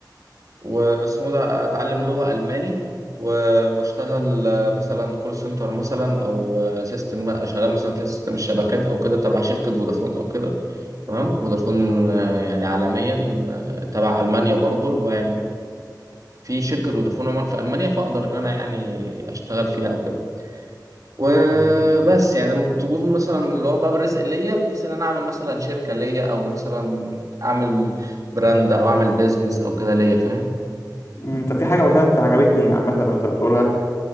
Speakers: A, on the right; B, on the left.
A: واسمه ده اتعلم لغه الماني و... واشتغل آه، مثلا كول سنتر مثلا او آه، سيستم بقى شغال مثلا في سيستم الشبكات او كده تبع شركه فودافون او كده تمام فودافون آه، يعني عالميا آه، تبع المانيا برضه اللي هو يعني في شركة فودافون عمان في ألمانيا فأقدر إن أنا يعني أشتغل فيها أو كده وبس
B: مم.
A: يعني تكون مثلا اللي هو باب الرزق ليا بحيث إن أنا أعمل مثلا شركة ليا أو مثلا أعمل براند أو أعمل بيزنس أو كده ليا فاهم
B: انت في حاجه قلتها انت عجبتني عامه وانت بتقولها